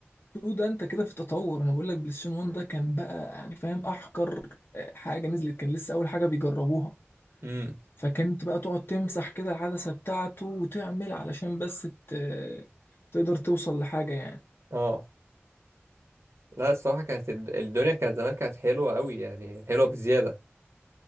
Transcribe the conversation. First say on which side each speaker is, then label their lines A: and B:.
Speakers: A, on the left; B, on the right.
A: ده انت كده في التطور انا بقول لك بلاي ستيشن 1 ده كان بقى يعني فاهم احقر آه، حاجه نزلت كان لسه اول حاجه بيجربوها
B: امم
A: فكنت بقى تقعد تمسح كده العدسه بتاعته وتعمل علشان بس ت- تقدر توصل لحاجه يعني
B: اه لا الصراحه كانت الد- الدنيا كانت زمان كانت حلوه قوي يعني حلوه بزياده